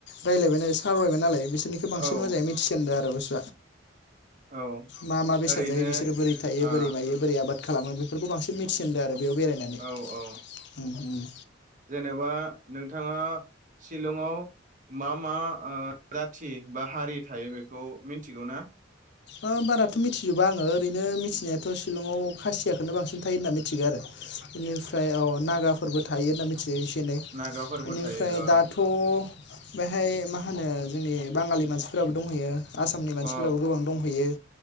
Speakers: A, on the left; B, on the right.
A: रायलायबाय सावरायबायनालाय नालाय बिसोर बेनिखौ बांसिन
B: औ
A: मोजाङै मिथिसिनदो आरो आउस
B: औ
A: मा मा बेसाद
B: ओरैनो
A: जायो बिसोरो बोरै थायो
B: आ
A: बोरै मायो बोरै आबाद खालामो बेफोरखौ बांसिन मिथिनदों आरो बबेयाव बेरायनानै
B: औ औ
A: ओम
B: जेनेबा नोंथाङा शिलंआव मा मा ओ जाथि बा हारि थायो बेखौ मिथिगौ ना
A: ओ बाराथ' मिथिजोबा आङो ओरैनो मिथिनायाथ' शिलंआव खासियाखौनो बांसिन थायो होनना थिग आरो बेनिफ्राय औ नागा फोरबो थायो होन्ना मिथियो एनै
B: नागाफोरबो
A: बेनिफ्राय
B: थायो अ
A: दाथ' बेहाय मा होनो जोंनि बाङालि मानसिफोराबो दंहैयो आसामनि मानसिफोराबो
B: अ
A: गोबां दंहैयो